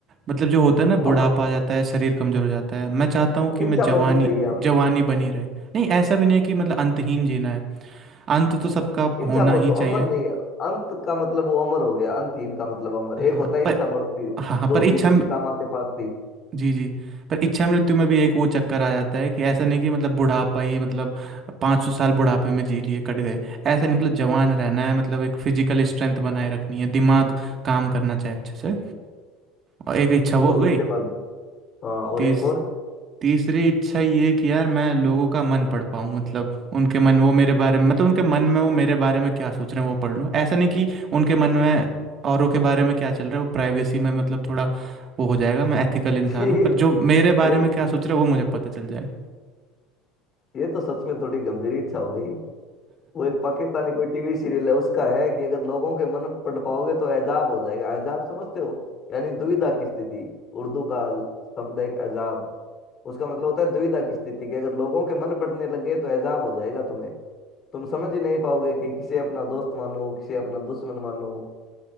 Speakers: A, on the right; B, on the left.
A: मतलब जो होता है ना
B: अमर
A: बुढ़ापा आ जाता है शरीर कमज़ोर हो जाता है मैं चाहता हूँ कि
B: इच्छा
A: मैं जवानी
B: मृत्यु चाहिए आपको
A: जवानी बनी रहे नहीं ऐसा भी नहीं है कि मतलब अंतहीन जीना है अंत तो सबका
B: इच्छा
A: होना
B: मृत्यु
A: ही चाहिए
B: अमर नहीं है अंत का मतलब वो अमर हो गया अंतहीन का मतलब अमर
A: हाँ
B: एक होता है
A: पर
B: इच्छा मृत्यु
A: हाँ हाँ
B: जो
A: पर इच्छा
B: भीष्म पितामह के पास थी
A: जी जी पर इच्छा मृत्यु में भी एक वो चक्कर आ जाता है कि ऐसा नहीं कि मतलब बुढ़ापा ही मतलब पाँच सौ साल बुढ़ापे में जी लिए कट गए ऐसा नहीं मतलब जवान रहना है मतलब एक फिजिकल स्ट्रेंथ बनाए रखनी है दिमाग काम करना चाहिए अच्छे से और एक इच्छा वो
B: और
A: हो
B: उसके
A: गई
B: बाद हाँ और
A: तीस
B: एक और
A: तीसरी इच्छा ये कि यार मैं लोगों का मन पढ़ पाऊँ मतलब उनके मन वो मेरे बारे में मतलब उनके मन में वो मेरे बारे में क्या सोच रहे हैं वो पढ़ लूँ ऐसा नहीं कि उनके मन में औरों के बारे में क्या चल रहा है वो प्राइवेसी में मतलब थोड़ा वो हो जाएगा मैं एथिकल इंसान
B: <laughs> ये
A: हूँ पर जो मेरे बारे
B: ये
A: में क्या सोच रहे हैं वो मुझे पता चल जाए
B: ये तो सच में थोड़ी गंभीर इच्छा हो गई वो एक पाकिस्तानी कोई टीवी सीरियल है उसका है कि अगर लोगों के मन पढ़ पाओगे तो एजाब हो जाएगा एजाब समझते हो यानी दुविधा की स्थिति उर्दू का शब्द है एक एजाब उसका मतलब होता है दुविधा की स्थिति कि अगर लोगों के मन पड़ने लग गए तो एजाब हो जाएगा तुम्हें तुम समझ ही नहीं पाओगे कि किसे अपना दोस्त मानूं किसे अपना दुश्मन मानूं